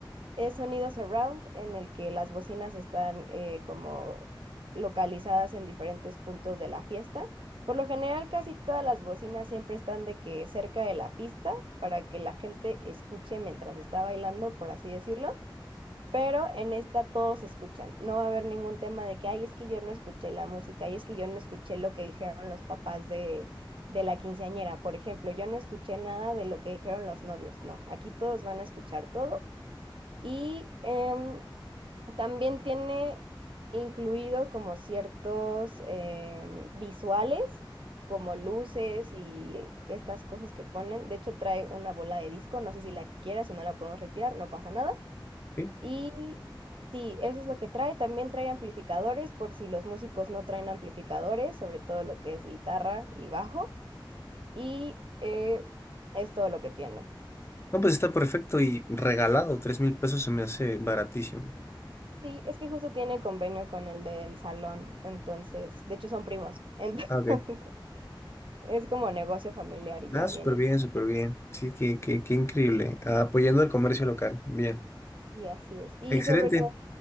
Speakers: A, on the right (about 80°); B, on the left (about 30°).
A: Es sonido surround en el que las bocinas están eh, como localizadas en diferentes puntos de la fiesta. Por lo general, casi todas las bocinas siempre están de que cerca de la pista para que la gente escuche mientras está bailando, por así decirlo. Pero en esta todos escuchan. No va a haber ningún tema de que, ay, es que yo no escuché la música, ay, es que yo no escuché lo que dijeron los papás de, de la quinceañera. Por ejemplo, yo no escuché nada de lo que dijeron los novios. No, aquí todos van a escuchar todo. Y em, también tiene incluido como ciertos em, visuales, como luces y estas cosas que ponen. De hecho, trae una bola de disco. No sé si la quieras, si no la podemos retirar, no pasa nada.
B: Sí.
A: Y sí, eso es lo que trae. También trae amplificadores por si los músicos no traen amplificadores, sobre todo lo que es guitarra y bajo. Y eh, es todo lo que tiene.
B: No, pues está perfecto y regalado. Tres mil pesos se me hace baratísimo.
A: Sí, es que justo tiene convenio con el del salón, entonces, de hecho son primos, <laughs> entonces
B: Ah, ok.
A: es como negocio familiar y
B: Ah,
A: ya
B: súper
A: vienen.
B: bien, súper
A: a que-
B: bien. Sí, qué, qué, qué increíble. Ah, apoyando el comercio local. Bien.
A: Sí, así es. Y
B: Excelente.
A: sobre todo,